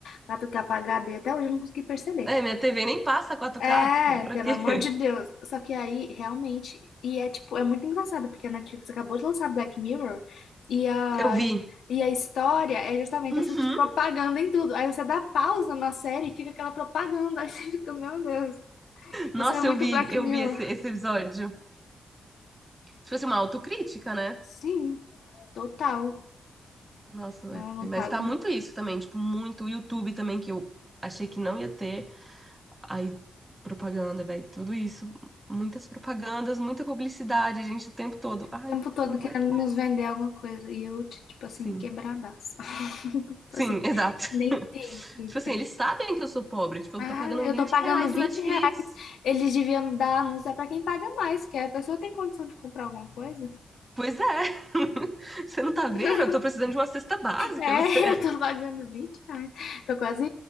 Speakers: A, on the left; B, on the right.
A: quatro k pra HD. Até hoje eu não consegui perceber.
B: É, minha TV nem passa quatro
A: É,
B: k tipo, pra
A: pelo
B: quê?
A: amor
B: <laughs>
A: de Deus. Só que aí, realmente, e é tipo, é muito engraçado, porque a Netflix acabou de lançar Black Mirror e a,
B: Eu vi.
A: e a história é justamente
B: Uhum.
A: essa propaganda em tudo. Aí você dá pausa na série e fica aquela propaganda. <laughs> Aí você fica, meu Deus,
B: Nossa,
A: isso é muito
B: eu vi,
A: Black
B: eu
A: Mirror.
B: vi esse, esse episódio. Tipo assim, uma autocrítica, né?
A: Sim, total.
B: Nossa, velho.
A: Eu não
B: Mas
A: pago
B: tá
A: no
B: muito isso também, tipo, muito o YouTube também, que eu achei que não ia ter. Aí, propaganda, velho, tudo isso. Muitas propagandas, muita publicidade, gente, o tempo todo. Ai,
A: tempo todo
B: não aguento
A: querendo
B: mais.
A: nos vender alguma coisa. E eu, tipo assim,
B: Sim.
A: quebradaço. <laughs> Tipo
B: Sim,
A: assim,
B: exato. <laughs>
A: nem tento, entendeu?
B: Tipo assim, eles sabem que eu sou pobre. Tipo,
A: Ah,
B: eu tô pagando
A: eu
B: 20
A: tô pagando
B: reais
A: 20
B: no Netflix.
A: reais. Eles deviam dar anúncio é pra quem paga mais, porque a pessoa tem condição de comprar alguma coisa.
B: Pois é. <laughs> Você não
A: <laughs>
B: tá vendo? Eu tô precisando de uma cesta básica.
A: É,
B: Você...
A: eu tô
B: <laughs>
A: pagando 20 reais. Tô quase